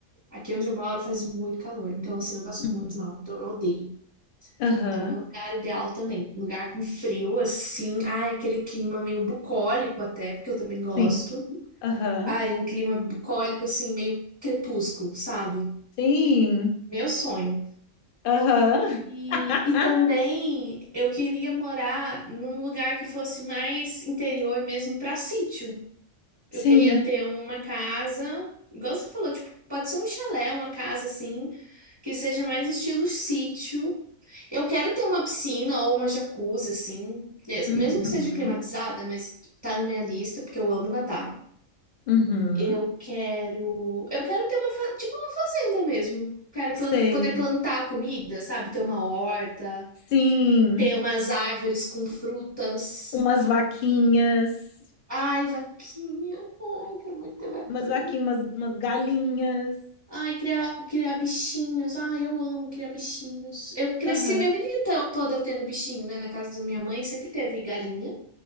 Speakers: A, on the right (about 15°); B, on the left (about 55°).
A: aqui onde eu moro faz muito calor. Então, assim, eu passo
B: Uhum.
A: muito mal. Então, eu odeio.
B: Aham,
A: Então, meu lugar ideal também. Lugar com frio, assim. Ai, aquele clima meio bucólico até, porque eu também gosto.
B: Sim, aham,
A: Ai, um clima bucólico, assim, meio crepúsculo, sabe?
B: Sim,
A: Meu sonho.
B: aham.
A: E,
B: <laughs>
A: e também eu queria morar num lugar que fosse mais interior mesmo para sítio.
B: Sim,
A: Eu queria ter uma casa, igual você falou, tipo, pode ser um chalé, uma casa assim, que seja mais estilo sítio. Eu quero ter uma piscina ou uma jacuzzi, assim, mes-
B: uhum,
A: mesmo que seja climatizada, mas tá na minha lista, porque eu amo nadar.
B: uhum,
A: Eu quero, eu quero ter uma, fa- tipo uma fazenda mesmo. Quero
B: sei,
A: plan- poder plantar comida, sabe? Ter uma horta,
B: sim,
A: ter umas árvores com frutas.
B: umas vaquinhas,
A: Ai, vaquinha. Ai, quero muito ter vaquinha.
B: umas vaquinhas, umas, umas galinhas,
A: Ai, criar, criar bichinhos. Ai, eu amo criar bichinhos. Eu cresci
B: aham,
A: a minha vida inte- toda tendo bichinho, né? Na casa da minha mãe sempre teve galinha.